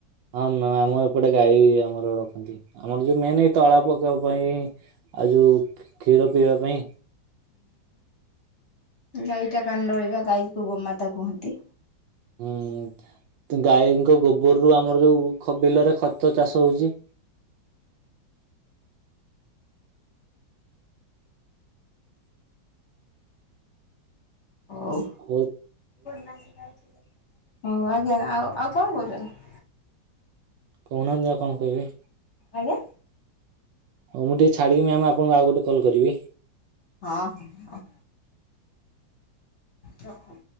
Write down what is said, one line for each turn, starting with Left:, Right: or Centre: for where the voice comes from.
Right: ହଁ ମ ଆମ ଏପଟେ ଗାଈ ଆମର ରଖନ୍ତି। ଆମର ଯୋଉ ମେନ୍ ଏଇ ତଳା ପକେଇବା ପାଇଁ ଆଉ ଯୋଉ କ୍ଷୀର ପିଇବା ପାଇଁ।
Left: ଗାଈଟା କାନ ରହିବା ଗାଈକୁ ଗୋମାତା କୁହନ୍ତି।
Right: ହୁଁ ଗାଈଙ୍କ ଗୋବରରୁ ଆମର ଯୋଉ ଖ ବିଲରେ ଖତ ଚାଷ ହଉଚି।
Left: ହଉ
Right: ବହୁତ୍
Left: ହଉ ଆଜ୍ଞା ଆଉ ଆଉ କଣ କହୁଛନ୍ତି?
Right: କହୁନାହାନ୍ତି ଯାହା କଣ କହିବେ?
Left: ଆଜ୍ଞା।
Right: ହଉ ମୁଁ ଟିକେ ଛାଡିକି ମ୍ୟାାମ ଆପଣଙ୍କୁ ଆଉ ଗୋଟେ କଲ୍ କରିବି।
Left: ହଁ ହଁ ରଖନ୍ତୁ।